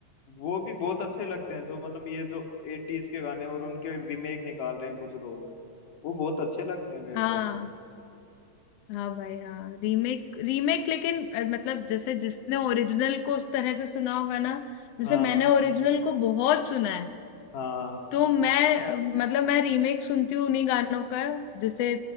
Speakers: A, on the left; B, on the left.
A: वो भी बहुत अच्छे लगते हैं जो मतलब ये जो 80s के गाने और उनके रीमेक निकाल रहे हैं कुछ लोग वो बहुत अच्छे लगते हैं मेरे
B: हाँ
A: को
B: हाँ भाई हाँ रीमेक रीमेक लेकिन अ, मतलब जैसे जिसने ओरिजिनल को उस तरह से सुना होगा ना जैसे
A: हाँ
B: मैंने ओरिजिनल को बहुत सुना है
A: हाँ
B: तो मैं अ, मतलब मैं रीमेक सुनती हूँ उन्हीं गानों का जैसे